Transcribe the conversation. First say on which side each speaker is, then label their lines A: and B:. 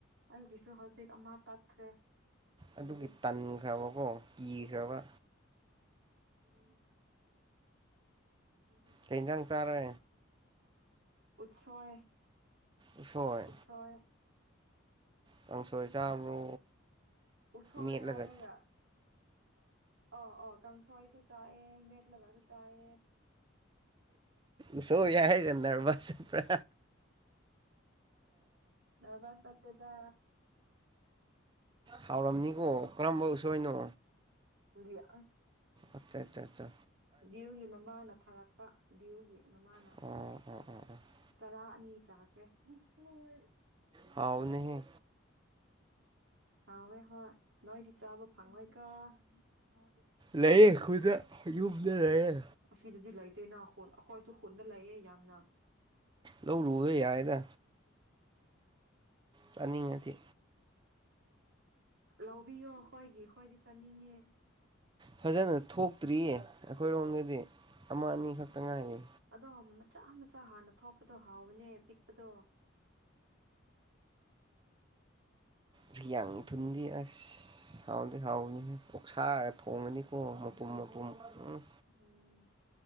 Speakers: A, on the right; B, on the right.
A: ꯑꯩꯒꯤꯁꯨ ꯍꯧꯖꯤꯛ ꯑꯃ ꯇꯠꯈ꯭ꯔꯦ
B: ꯑꯗꯨꯒꯤ
A: ꯅꯨꯃꯤꯠ
B: ꯇꯟꯈ꯭ꯔꯕꯀꯣ ꯀꯤꯈ꯭ꯔꯕ
A: ꯎꯝ ꯎꯝ
B: ꯀꯩ ꯖꯥꯡꯆꯥꯔꯦ
A: ꯎꯠꯁꯣꯏ
B: ꯎꯁꯣꯏ
A: ꯍꯣꯏ
B: ꯀꯥꯡꯁꯣꯏ ꯆꯥꯕ꯭ꯔꯣ
A: ꯎꯠꯊꯣꯛ
B: ꯃꯦꯠꯂꯒ
A: ꯍꯥꯏꯔꯒ ꯑ ꯑꯣ ꯀꯥꯡꯁꯣꯏꯁꯨ ꯆꯥꯏꯌꯦ ꯃꯦꯠꯂꯥꯒꯁꯨ ꯆꯥꯏꯌꯦ
B: ꯎꯁꯣꯏ ꯍꯥꯏꯔꯒ ꯅꯕ꯭ꯔꯁ ꯆꯠꯄ꯭ꯔꯥ
A: ꯅꯕ꯭ꯔꯁ ꯆꯠꯇꯦꯗ
B: ꯍꯥꯎꯔꯝꯅꯤꯀꯣ ꯀꯔꯝꯕ ꯎꯁꯣꯏꯅꯣ
A: ꯏꯗꯤ ꯑꯪ
B: ꯑꯆꯥ ꯆꯥ ꯆꯥ
A: ꯗꯤꯌꯨꯒꯤ ꯃꯃꯥꯅ ꯊꯥꯔꯛꯄ ꯗꯤꯌꯨꯒꯤ ꯃꯃꯥꯅ
B: ꯑꯥ
A: ꯆꯔꯥ ꯑꯅꯤ ꯆꯥꯥꯈ꯭ꯔꯦ ꯎꯁꯣꯏ
B: ꯍꯥꯎꯅꯦꯍꯦ
A: ꯍꯥꯎꯌꯦ ꯍꯣꯏ ꯅꯣꯏꯗꯤ ꯆꯥꯕ ꯐꯪꯉꯣꯏ ꯀꯣ ꯃꯗꯣ
B: ꯂꯩ ꯑꯈꯣꯏꯗ ꯌꯨꯝꯗ ꯂꯩ
A: ꯑꯁꯤꯗꯗꯤ ꯂꯩꯇꯦꯅ ꯈꯨꯟ ꯑꯈꯣꯏꯁꯨ ꯈꯨꯟꯗ ꯂꯩꯌꯦ ꯌꯥꯝꯅ
B: ꯂꯧꯔꯨꯕ ꯌꯥꯏꯗ
A: <unintelligible>
B: ꯆꯥꯅꯤꯡꯉꯗꯤ
A: ꯂꯧꯕꯤꯌꯣ ꯈꯣꯏꯒꯤ ꯈꯣꯏꯗꯤ ꯆꯥꯅꯤꯡꯉꯦ
B: ꯐꯖꯅ ꯊꯣꯛꯇ꯭ꯔꯤꯌꯦ ꯑꯈꯣꯏꯔꯣꯝꯗꯗꯤ ꯑꯃ ꯑꯅꯤ ꯈꯛꯇ
A: ꯎꯝ
B: ꯉꯥꯏꯔꯤ
A: ꯑꯗꯣ ꯃꯆꯥ ꯃꯆꯥ ꯍꯥꯟꯅ ꯊꯣꯛꯄꯗꯣ ꯍꯥꯎꯕꯅꯦ ꯑꯄꯤꯛꯄꯗꯣ
B: ꯊꯨꯏꯌꯥꯡ ꯊꯨꯟꯗꯤ ꯑꯁ ꯍꯥꯎꯗꯤ ꯍꯥꯎꯕꯅꯦꯍꯦ ꯑꯣꯛꯁꯥꯒ ꯊꯣꯡꯉꯗꯤꯀꯣ ꯃꯄꯨꯝ ꯃꯄꯨꯝ ꯎꯝ
A: ꯎꯝ